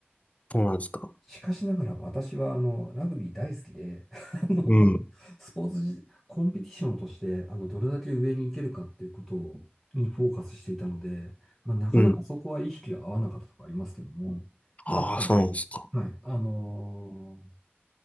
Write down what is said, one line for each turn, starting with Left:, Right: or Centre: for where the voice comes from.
Left: そうなんですか。
Centre: しかしながら私はあの、ラグビー大好きで、<laughs> あの、
Left: うん。
Centre: スポーツじ、コンペティションとして、あの、どれだけ上に行けるかっていうことにフォーカスしていたので、まあ、なかなかそこは意識が合わなかったとかありますけども、
Left: うん。
Centre: まあ、
Left: ああ、
Centre: ただ
Left: そうなんですか。
Centre: はい、あの